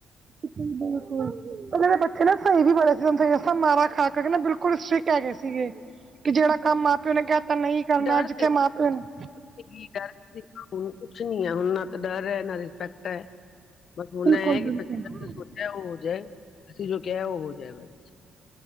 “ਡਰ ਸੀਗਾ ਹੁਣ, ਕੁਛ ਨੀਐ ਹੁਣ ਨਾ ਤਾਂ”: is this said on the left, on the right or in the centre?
Left